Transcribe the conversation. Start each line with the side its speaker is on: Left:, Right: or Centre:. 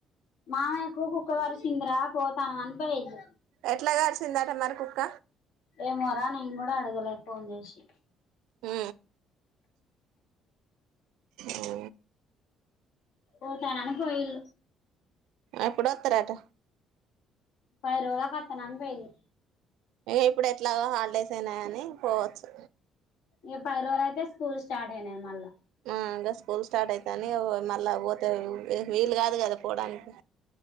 Left: మామ కుక్కు కుక్కవారు సిందరా పోతానుం అనిపయేది
Right: ఎట్లాగా అరిసిందట మరి కుక్క
Left: ఏమోరాం కూడాడా అడుగలే ఫన్ చేసిి
Right: హ అఓ
Left: ఓ తనను పోయిల
Right: ఎప్పుడు వస్తారట
Left: ఇై రూల కట్టన పోయరు
Right: ఇక ఇప్పుడు ఎట్లాగా హాలిడేస్ అయినాయని పోవచ్చు
Left: ఇ పరువర అయితే స్కూల్ స్టార్ట్ అయినాయి మళ్ళా
Right: ఆ ఇంకా స్కూల్ స్టార్ట్ అయితాని మళ్ళా పోతేా వీలు కాదు కదా పోవడానికి